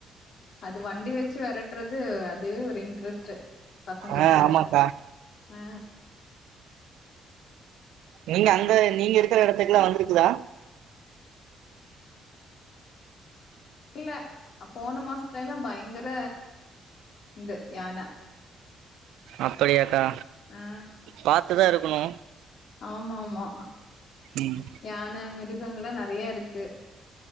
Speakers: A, on the left (about 65°); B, on the right (about 80°).
A: அது வண்டி வச்சு வெரட்றது அதுவே ஒரு இன்ட்ரஸ்ட்டு பசங்க
B: ஆ
A: கூட
B: ஆமாக்கா
A: அ
B: நீங்க அங்க நீங்க இருக்குற எடத்துக்குலா வந்துருக்குதா
A: இல்ல அப்போன மாஸ்த்லேலா பய்ங்குற இந்த யான
B: அப்படியாக்கா
A: அ
B: பாத்துதா இருக்கணு
A: ஆம்மாமா
B: ம்
A: யான மிருக் கங்கல்ல நறைய இருக்கு